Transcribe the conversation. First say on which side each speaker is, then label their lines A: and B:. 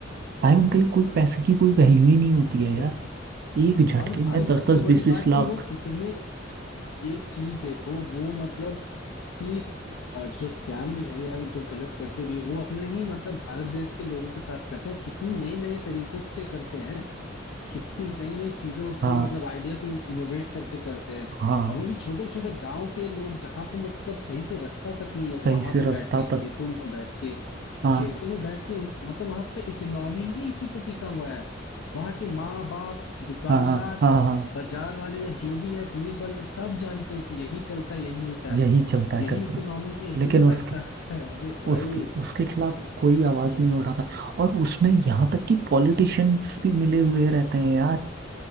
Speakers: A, on the right; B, on the left.
A: भाई उनके लिए कोई पैसे की कोई वैल्यू ही नहीं होती
B: वही
A: है
B: पे
A: यार एक झटके
B: और
A: में
B: भाई
A: दस
B: सबसे
A: दस
B: बड़ी
A: बीस बीस
B: बात
A: लाख
B: कि वो कितने एक चीज देखो वो मतलब कि इस, अ, जो स्कैम भी है या जो गलत करते भी है वो अपने ही मतलब भारत देश के लोगों के साथ करते हैं और कितने नए नए तरीकों से करते हैं कितनी नई नई चीजों
A: हाँ
B: को मतलब आइडिया को इनोवेट करके करते हैं
A: हाँ
B: और वो भी छोटे छोटे गांव के लोग जहाँ पे मतलब सही से रास्ता तक नहीं है
A: सही
B: वहां
A: से
B: पे
A: रास्ता
B: बैठ के
A: तक
B: खेतों में बैठ के
A: हाँ
B: खेतों में बैठ के उन, मतलब वहां का इकोनॉमी ही इसी पे टिका हुआ है वहां के माँ बाप दुकानदार
A: हाँ हाँ हाँ हाँ, हाँ, हाँ, हाँ, हाँ,
B: बाजार वाले या जो भी है पुलिस वाले सब जानते हैं कि यही चलता है यही होता
A: यही
B: है
A: चलता है
B: यही
A: करके
B: इकोनॉमी है इसी
A: लेकिन
B: से
A: उसके
B: पैसा आता है अरे भाई
A: उसके उसके खिलाफ कोई आवाज नहीं उठाता और उसमें यहाँ तक कि पॉलिटिशियंस भी मिले हुए रहते हैं यार